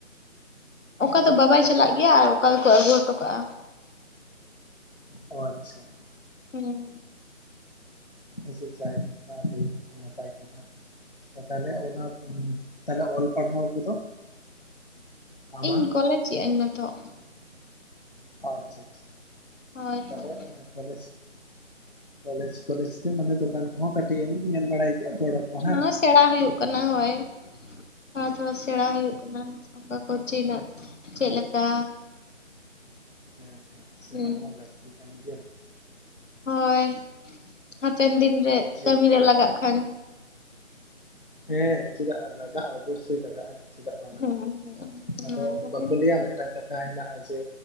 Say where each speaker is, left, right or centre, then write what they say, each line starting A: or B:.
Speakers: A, on the left; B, on the left.
A: ᱚᱠᱟ ᱫᱚ ᱵᱟᱵᱟᱭ ᱪᱟᱞᱟᱜ ᱜᱮᱭᱟ ᱟᱨ ᱚᱠᱟ ᱫᱚᱠᱚ ᱟᱹᱜᱩ ᱦᱚᱴᱚ ᱠᱟᱜᱼᱟ᱾
B: ᱚ ᱟᱪᱪᱷᱟ᱾
A: ᱦᱮᱸ᱾
B: ᱟᱪᱶᱷᱟ ᱡᱟᱭ ᱦᱳᱠ ᱟᱹᱰᱤ ᱱᱟᱯᱟᱭ ᱠᱟᱛᱷᱟ᱾ ᱛᱟᱦᱞᱮ ᱚᱱᱟ ᱛᱟᱦᱞᱮ ᱚᱞ ᱯᱟᱲᱦᱟᱣ ᱠᱚᱫᱚ? ᱟᱢᱟᱜ
A: ᱤᱧ ᱠᱚᱞᱮᱡᱽ ᱮᱜ ᱤᱧ ᱱᱤᱛᱚᱜ᱾
B: ᱟᱪᱪᱷᱟ ᱟᱪᱪᱷᱟ᱾
A: ᱦᱳᱭ
B: ᱛᱟᱦᱞᱮ
A: ᱦᱳᱭ
B: ᱠᱚᱞᱮᱡᱽ ᱠᱚᱞᱮᱡᱽ ᱠᱚᱞᱮᱡᱽ ᱛᱮ ᱢᱟᱱᱮ ᱫᱚᱠᱟᱱ ᱠᱚᱦᱚᱸ ᱠᱟᱹᱴᱤᱡ ᱮᱢ ᱧᱮᱞ ᱵᱟᱲᱟᱭ ᱜᱮᱭᱟ ᱜᱚᱲᱚ ᱠᱚ ᱦᱮᱸ
A: ᱦᱳᱭ
B: ᱵᱟᱝ
A: ᱥᱮᱬᱟ ᱦᱩᱭᱩᱜ ᱠᱟᱱᱟ ᱦᱳᱭ᱾ ᱛᱷᱚᱲᱟ ᱛᱷᱚᱲᱟ ᱥᱮᱬᱟ
B: ᱟᱪᱪᱷᱟ
A: ᱦᱩᱭᱩᱜ ᱠᱟᱱᱟ
B: ᱟᱪᱪᱷᱟ,
A: ᱚᱱᱠᱟ ᱠᱚ ᱛᱤᱱᱟᱹᱜ ᱪᱮᱫ ᱞᱮᱠᱟ᱾
B: ᱦᱮᱸ ᱦᱮᱸ ᱥᱮᱬᱟ
A: ᱦᱩᱸ
B: ᱦᱚᱸ ᱞᱟᱹᱠᱛᱤ ᱠᱟᱱ ᱜᱮᱭᱟ᱾
A: ᱦᱳᱭ ᱦᱟᱯᱮᱱ ᱫᱤᱱ ᱨᱮ
B: ᱡᱮ
A: ᱠᱟᱹᱢᱤ ᱨᱮ ᱞᱟᱜᱟᱜ ᱠᱷᱟᱱ᱾
B: ᱦᱮᱸ ᱪᱮᱫᱟᱜ ᱞᱟᱜᱟᱜᱼᱟ ᱚᱵᱚᱥᱳᱭ ᱞᱟᱜᱟᱜᱼᱟ, ᱪᱮᱫᱟᱜ ᱵᱟᱝ ᱞᱟᱜᱟᱜᱼᱟ
A: ᱦᱩᱸ ᱦᱩᱸ ᱚᱱᱟ
B: ᱟᱫᱚ
A: ᱠᱷᱟᱹᱛᱤᱨ
B: ᱵᱟᱠᱚ ᱞᱟᱹᱭᱟ ᱢᱤᱫᱴᱟᱝ ᱠᱟᱛᱷᱟ ᱦᱮᱱᱟᱜᱼᱟ ᱡᱮ